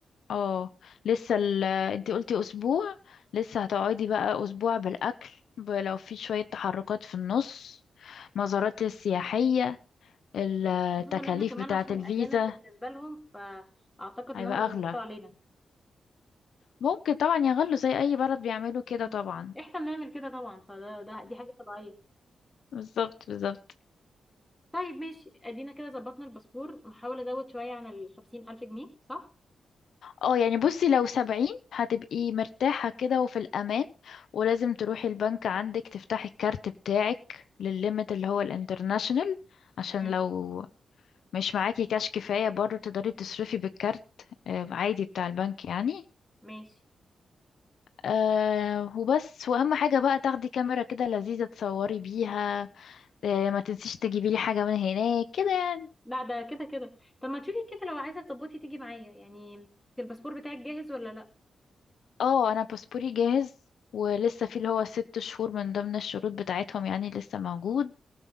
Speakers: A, on the left; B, in the centre.
A: اه لسه ال... انتي قلتي اسبوع لسه هتقعدي بقى اسبوع بالاكل ب- لو في شوية تحركات في النص مزارات سياحية التكاليف
B: خصوصا ان احنا كمان
A: بتاعة
B: عشان
A: الفيزا
B: اجانب بالنسبه لهم فاعتقد
A: هيبقى
B: ان هم بيقلوا
A: أغلى
B: علينا
A: ممكن طبعا يغلوا زي أي بلد بيعملوا كده
B: مم.
A: طبعا
B: احنا بنعمل كده طبعا فده ده دي حاجه طبيعيه
A: بالظبط بالظبط
B: طيب ماشي ادينا كده ظبطنا الباسبور نحاول ازود شويه عن ال 50000 جنيه صح
A: اه يعني بصي لو سبعين هتبقي مرتاحة كده وفي الأمان ولازم تروحي البنك عندك تفتحي الكارت بتاعك للليمت اللي هو الانترناشنال عشان
B: ماشي
A: لو مش معاكي كاش كفاية برضه تقدري تصرفي بالكارت آه، عادي بتاع البنك يعني
B: ماشي
A: أه وبس وأهم حاجة بقى تاخدي كاميرا كده لذيذة تصوري بيها آه، ما تنسيش تجيبي لي حاجة من هناك كده يعني
B: لا ده كده كده طب ما تشوفي كده لو عايزه تظبطي تيجي معايا يعني الباسبور بتاعك جاهز ولا لا
A: اه انا باسبوري جاهز ولسه في اللي هو ست شهور من ضمن الشروط بتاعتهم يعني لسه موجود